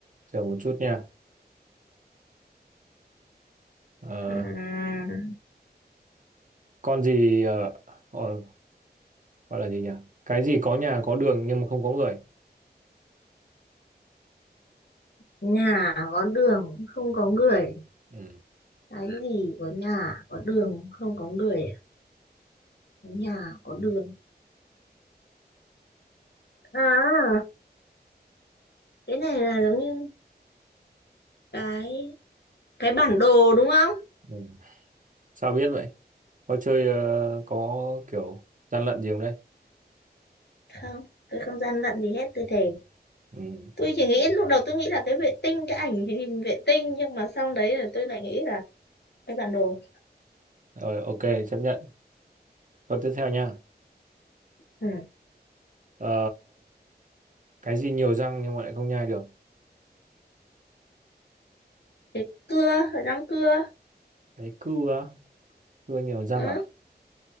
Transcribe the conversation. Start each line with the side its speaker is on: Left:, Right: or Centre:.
Right: chờ một chút nha Ờ,
Left: Ừm,
Right: con gì ờ, ờ, gọi là gì nhỉ cái gì có nhà có đường nhưng mà không có người
Left: nhà có đường không có người
Right: ừ.
Left: cái gì có nhà có đường không có người à? nhà có đường à cái này là giống như cái cái bản đồ đúng không
Right: Ừ. sao biết vậy có chơi ờ, có kiểu gian lận gì không đấy
Left: không tôi không gian lận gì hết tôi thề
Right: ừ.
Left: tôi chỉ nghĩ lúc đầu tôi nghĩ là cái vệ tinh cái ảnh hình hình vệ tinh nhưng mà sau đấy là tôi lại nghĩ là cái bản đồ
Right: rồi ok chấp nhận câu tiếp theo nha
Left: ừ.
Right: Ờ, cái gì nhiều răng nhưng mà lại không nhai được
Left: cái cưa răng cưa
Right: cái cưa á? cưa nhiều răng
Left: ừ.
Right: à